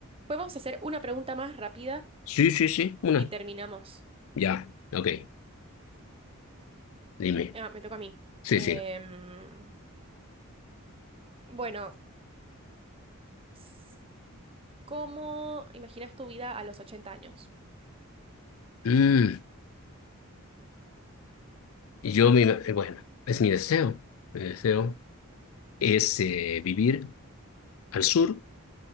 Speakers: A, on the right; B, on the left.
A: podemos hacer una pregunta más rápida
B: Sí, sí, sí, una.
A: y terminamos.
B: Ya. Ok, dime.
A: Ah, me toca a mí.
B: Sí,
A: Em,
B: sí.
A: bueno, s- ¿cómo imaginas tu vida a los 80 años?
B: Mm, yo me, ima- eh, bueno, es mi deseo. Mi deseo es eh, vivir al sur,